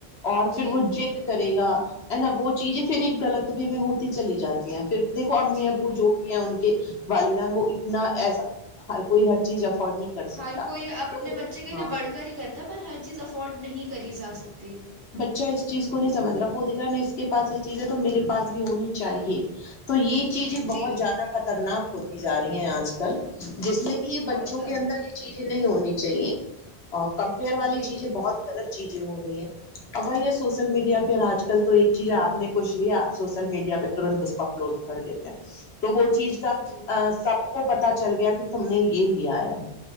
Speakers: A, on the left (about 80°); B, on the right (about 50°).
A: اور
B: جی
A: پھر وہ جضد کرے گا ہے نا وہ چیزیں پھر ایک غلط وی میں ہوتی چلی جاتی ہیں پھر دیکو امی
B: جی
A: ابو جو بھی ہیں ان کے والدین وہ اتنا ایسا ہر کوئی ہر چیز افورڈ نہیں کر
B: ہر
A: سکتا
B: کوئی اپنے بچے کے لیے
A: ہاں
B: بڑھ کر ہی کرتا پر ہر چیز افورڈ نہیں کری جا سکتی
A: اچھ اس چیز کو نہیں سمجھ رہا وہ دکھ رہا ن اس کے پس یہ چیز ہے تو میرے پاس بھی ہونی چاہیے تو یہ چیزیں
B: جی
A: بہت زیادہ خطرناک ہوتی جا رہی ہیں آج کل جس میں کہ یہ
B: بہت
A: بچوں
B: زیادہ
A: کے اندر یہ چیزیں نہیں ہونی چاہیے اور کمپیئر والی
B: جی
A: چیزیں بہت غلط چیز جو ہو رہی ہے ابھائی یہ سوشل میڈیا پہ آج کل تو ایک چیز آپ نے کچھ لی آپ سوسل میڈیا پہ ترنت اس کو اپلوڈ کر دیتے ہیں تو وہ چیز کا
B: جی
A: سب کو پتا چل گیا کہ تم نے یہ لیا ہے